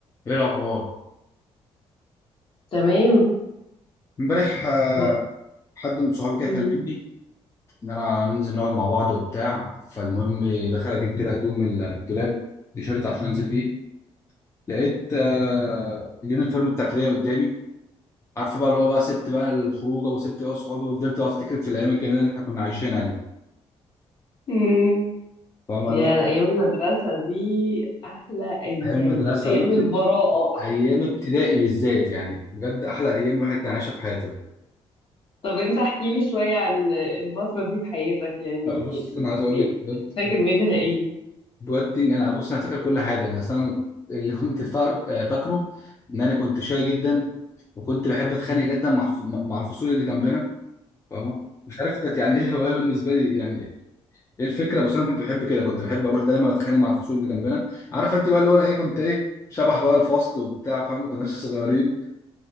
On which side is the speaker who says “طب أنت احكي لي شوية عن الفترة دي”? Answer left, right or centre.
Left